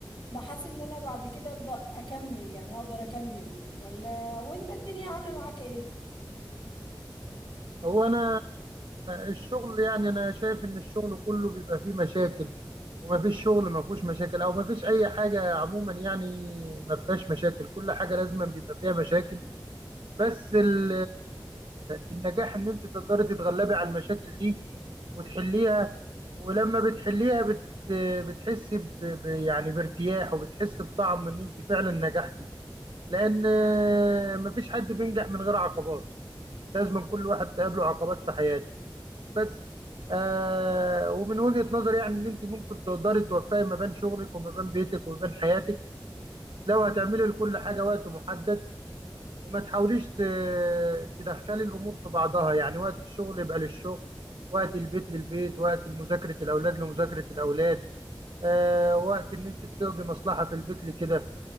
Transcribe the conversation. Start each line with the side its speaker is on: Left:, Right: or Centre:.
Left: بحس ان انا بعد كده ابدا اكمل يعني اقدر اكمل ولا وانت الدنيا عامله معاك ايه
Right: هو انا الشغل يعني انا شايف ان الشغل كله بيبقى فيه مشاكل وما فيش شغل ما فيهوش مشاكل او ما فيش اي حاجه عموما يعني ما فيهاش مشاكل كل حاجه لازم بيبقى فيها مشاكل بس ال- النجاح ان انت تقدري تتغلبي على المشاكل دي وتحليها ولما بتحليها بت بتحسي ب... ب... يعني بارتياح وبتحسي بطعم ان انت فعلا نجحتي لان آه، مفيش حد بينجح من غير عقبات لازم كل واحد تقابله عقبات في حياته بس آه ومن وجهة نظري يعني ان انت ممكن تقدري توفقي ما بين شغلك وما بين بيتك وما بين حياتك لو هتعملي لكل حاجة وقت محدد وما تحاوليش ت- تدخلي الامور في بعضها يعني وقت الشغل يبقى للشغل وقت البيت للبيت وقت مذاكره الاولاد لمذاكره الاولاد آه وقت ان انت بتقضي مصلحه في البيت لكده